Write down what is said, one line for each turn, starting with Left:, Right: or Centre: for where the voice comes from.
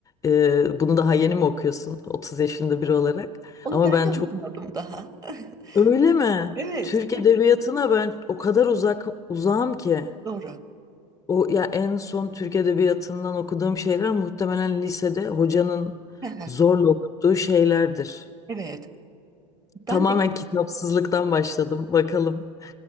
Left: Ee, bunu daha yeni mi okuyorsun? 30 yaşında biri olarak.
Right: Onu
Left: Ama
Right: ben
Left: ben
Right: de okumadım
Left: çok...
Right: daha. <laughs>
Left: Öyle mi?
Right: Evet,
Left: Türk edebiyatına ben o kadar uzak uzağım ki.
Right: doğru.
Left: O ya en son Türk Edebiyatı'ndan okuduğum şeyler muhtemelen lisede hocanın
Right: <laughs>
Left: zorla okuttuğu şeylerdir.
Right: Evet, ben
Left: Tamamen
Right: de
Left: kitapsızlıktan başladım. Bakalım.